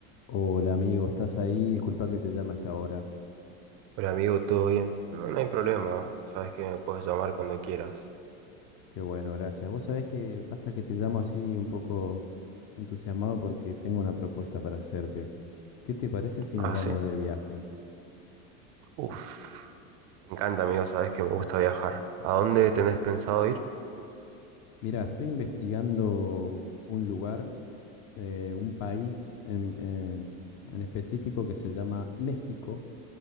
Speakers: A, on the left; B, on the right.
A: Hola amigo, ¿estás ahí? Disculpa que te llame hasta ahora.
B: Hola amigo, ¿todo bien? No, no hay problema, sabes que me puedes llamar cuando quieras.
A: Qué bueno, gracias. Vos sabés que pasa que te llamo así un poco entusiasmado porque tengo una propuesta para hacerte. ¿Qué te parece si
B: Ah,
A: nos vamos
B: sí.
A: de viaje?
B: Uf, me encanta amigo, sabes que me gusta viajar. ¿A dónde tenés pensado ir?
A: Mira, estoy investigando un lugar, eh, un país en, en- en específico que se llama México